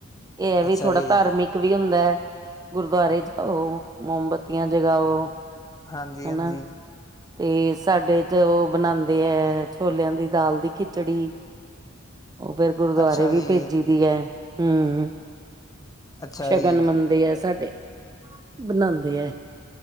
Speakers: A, on the right; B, on the left.
A: ਇਹ ਹੈ ਵੀ
B: ਅੱਛਾ
A: ਥੋੜਾ
B: ਜੀ
A: ਧਾਰਮਿਕ। ਓਵੀ ਹੁੰਦਾ ਹੈ, ਗੁਰਦੁਆਰੇ ਜਾਓ ਮੋਮਬੱਤੀਆਂ ਜਗਾਓ।
B: ਹਾਂਜੀ-ਹਾਂਜੀ।
A: ਹਨਾ ਤੇ ਸਾਡੇ ਚ ਉ ਬਣਾਉਂਦੇ ਹੈ ਛੋਲਿਆਂ ਦੀ ਦਾਲ ਦੀ ਖਿਚੜੀ। ਉ ਫਿਰ ਗੁਰਦੁਆਰੇ
B: ਅੱਛਾ
A: ਵੀ
B: ਜੀ
A: ਭੇਜੀ ਦੀ ਹੈ, ਹੂੰ।
B: ਅੱਛਾ
A: ਸ਼ਗਨ
B: ਜੀ
A: ਮੰਨਦੇ ਹੈ ਸਾਡੇ, ਬਣਾਂਦੇ ਆ।